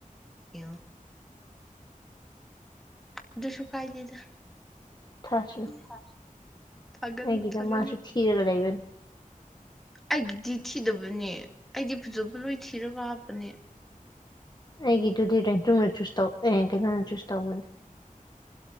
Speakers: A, in the centre; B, on the left.
A: ꯌꯦꯉꯣ ꯑꯗꯨꯁꯨ ꯀꯥꯏꯗꯦꯗ
B: ꯊꯥꯁꯅꯨ
A: ꯍ ꯊꯥꯒꯠꯂꯣ
B: ꯑꯩꯒꯤꯗ
A: ꯊꯥꯒꯠꯂꯣ
B: ꯃꯥꯁꯨ ꯊꯤꯔꯒ ꯂꯩꯕꯅꯤ
A: ꯑꯩꯒꯤ ꯗꯤ ꯊꯤꯗꯕꯅꯦ ꯑꯩꯗꯤ ꯐꯖꯕ ꯂꯣꯏ ꯊꯤꯔꯒ ꯍꯥꯞꯄꯅꯦ
B: ꯑꯩꯒꯤꯗꯨꯗꯤ ꯀꯦꯟꯇꯅ ꯆꯨꯁ ꯇꯧ ꯑꯦ ꯀꯩꯅꯣꯝꯗ ꯆꯨꯁ ꯇꯧꯕꯅꯦ